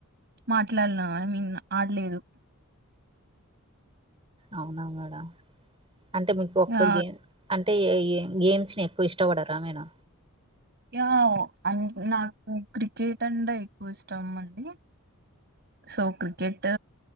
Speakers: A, on the right; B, on the right.
A: మాట్లాడునాను ఐ మీన్ ఆడలేదు
B: అవునా మేడంమ్. అంటే మీకు ఒక్క
A: ఆ
B: గేమ్ అంటే గేమ్స్ ని. ఎక్కువ ఇష్టపడారా మీరు.
A: యా నాకు క్రికెట్ అంటే ఎక్కువ ఇష్టం అండి సో క్రికెట్